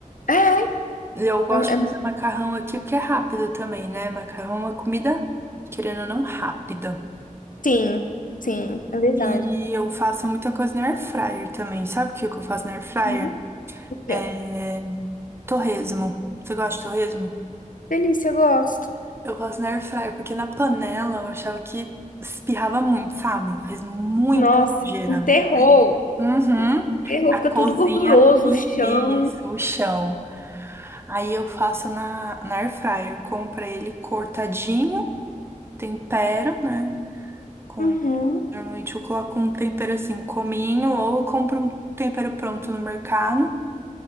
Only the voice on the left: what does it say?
É, é,
é-
Sim, sim, é verdade.
Uhum. O quê?
Delícia, eu gosto.
Nossa,
um terror.
Terror,
fica
tudo gorduroso,
o chão.
Uhum,